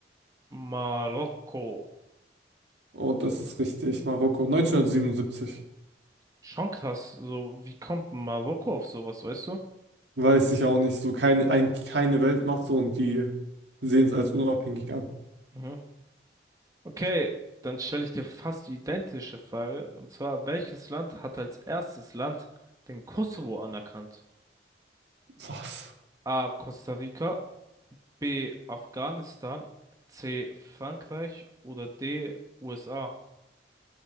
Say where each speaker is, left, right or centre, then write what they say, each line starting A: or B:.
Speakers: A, on the right; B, on the right.
A: Marokko.
B: Und das ist richtig, Marokko, 1977.
A: Schon krass, so, wie kommt Marokko auf sowas, weißt du?
B: Weiß ich auch nicht. So keine, eigentlich keine Weltmacht so und die sehen es als unabhängig an.
A: Mhm. Okay, dann stelle ich dir fast die identische Frage. Und zwar, welches Land hat als erstes Land den Kosovo anerkannt?
B: Was?
A: A. Costa Rica, B. Afghanistan, C. Frankreich oder D. USA?